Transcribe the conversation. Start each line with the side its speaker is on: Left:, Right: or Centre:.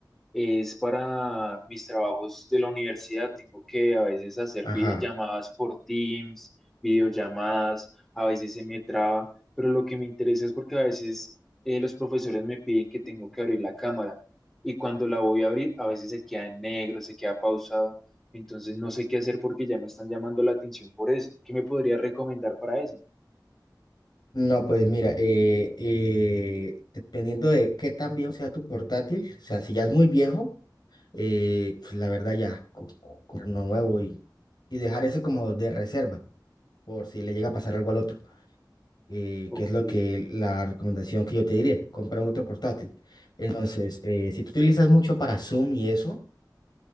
Centre: es para mis trabajos de la universidad. Tengo que a veces hacer
Left: ajá.
Centre: vi- llamadas por Teams, videollamadas, a veces se me traba, pero lo que me interesa es porque a veces eh, los profesores me piden que tengo que abrir la cámara y cuando la voy a abrir, a veces se queda en negro, se queda pausado. Entonces no sé qué hacer porque ya me están llamando la atención por eso. ¿Qué me podría recomendar para eso?
Left: No, pues mira, eh, eh, dependiendo de qué tan viejo sea tu portátil, o sea, si ya es muy viejo, eh, pues la verdad ya co- co- comprar uno nuevo y, y dejar eso como de reserva por si le llega a pasar algo al otro. eh,
Centre: Ok.
Left: que es lo que la recomendación que yo te diría, compra otro portátil. Entonces, eh, si tú utilizas mucho para Zoom y eso,